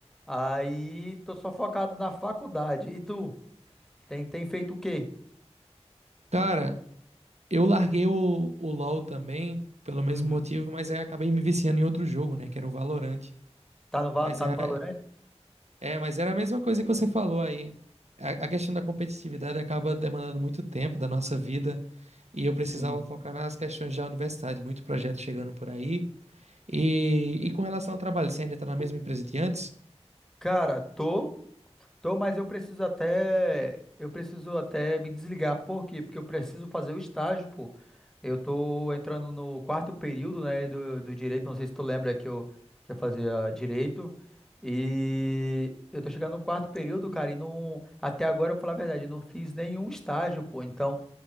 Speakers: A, in the centre; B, on the right.
A: Aí tô só focado na faculdade. E tu, tem, tem feito o quê?
B: Cara, eu larguei o, o LoL também, pelo mesmo
A: Uhum.
B: motivo, mas aí acabei me viciando em outro jogo, né, que era o Valorant.
A: Tá no, Val-
B: Mas
A: tá
B: é
A: no Valorant?
B: É, mas era a mesma coisa que você falou aí. A, a questão da competitividade acaba demandando muito tempo da nossa vida e eu precisava
A: Sim.
B: focar nas questões da universidade, muito projeto chegando por aí. E, e com relação ao trabalho, você ainda tá na mesma empresa de antes?
A: Cara, tô. Tô, mas eu preciso até, eu preciso até me desligar. Por quê? Porque eu preciso fazer o estágio, pô. Eu tô entrando no quarto período, né, do, do direito. Não sei se tu lembra que eu, que eu fazia direito. E eu tô chegando no quarto período, cara, e não, até agora, eu vou falar a verdade, eu não fiz nenhum estágio, pô. Então,